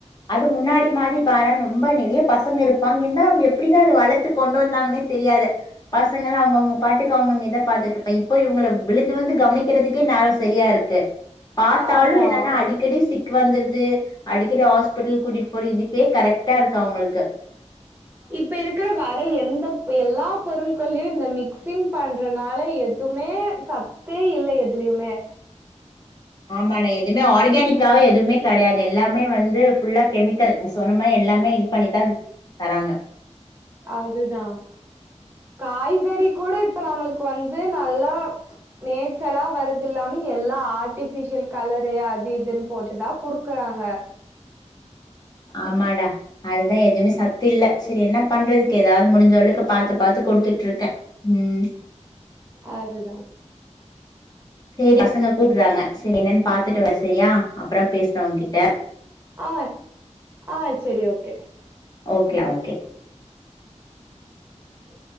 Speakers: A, on the left (about 30°); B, on the right (about 15°).
A: அது முன்னாடி மாரி பாறே ரொம்ப நெறைய பசங்க இருப்பாங்க இருந்தாலு அவுங்க எப்டிதா அத வளத்து கொண்டு வந்தாங்கனே தெரியாது பசங்கள அவுங் அவுங்க பாட்டுக்கு அவுங்கங்க பாத்துட்டு இருப்ப ப இவுங்கள விழுந்து விழுந்து கவனிக்கிறதுக்கே நேரோ செரியா இருக்கு பாத்தாலு
B: ஆமா
A: என்னன்னா அடிக்கடி சிக் கு வந்துருது அடிக்கடி ஹாஸ்பிட்டல் கூட்டிட் போற இதுக்கு வே கரெக்டா இருக்கு அவுங்களுக்கு
B: இப்ப இருக்கற வேற எந்த எல்லா பொருள்கள்லயு இந்த மிக்ஸ் சிங் பண்றதுனால எதுவுமே சத்தே இல்ல எதுலியுமே
A: ஆமாடா எதுவுமே ஆர்கானிக்காவ எதுவுமே கெடையாது எல்லாமே வந்து ஃபுல்லா கெமிக்கல் சொன்ன மாரி எல்லாமே இது பண்ணித்தா தராங்க
B: அதுதா காய்கறி கூட இப்ப நம்மளுக்கு வந்து நல்லா நேச்சரா வரதில்லாம எல்லா ஆர்ட்டி ஃபிஷியல் கலரு அது இதுன் போட்டுதா குடு க்கறாங்க
A: ஆமாடா அதுதா எதுவுமே சத்து இல்ல செரி என்ன பண்றதுக்கு ஏதாவது முடிஞ்சளவுக்கு பாத்து பாத்து குடுத்துட்ருக்கே ம்
B: அதுதா
A: செரி பசங்க கூப்புறாங்க செரி என்னன் பாத்துட்டு வர செரியா அப்றோ பேசற உ கிட்ட
B: ஆ ஆ செரி ஓகே
A: ஓகே ஓகே
B: ஹலோ